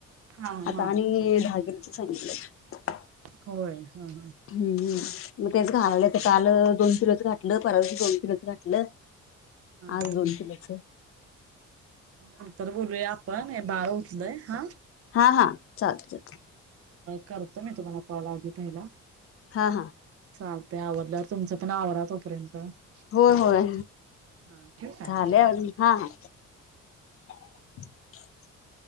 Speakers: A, on the right; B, on the left.
A: हा
B: आता
A: हा
B: आणि दहा किलो सांगितलं.
A: होय ह ह.
B: हम्म हम्म मग तेच घाललंय ते काल दोन किलोच घाटलं, परवादिवशी दोन किलोच घाटलं.
A: हा
B: आज दोन किलोच.
A: नंतर बोलूया आपण हे बाळ उठलंय हा
B: हा हा. चालतय चालतय.
A: करतो मी तुम्हाला कॉल आधी पहिला.
B: हा हा.
A: चालतंय आवरल्यावर तुमच पण आवरा तोपर्यंत हा
B: होय होय
A: ठिव का?
B: झाले हा हा <inaudible>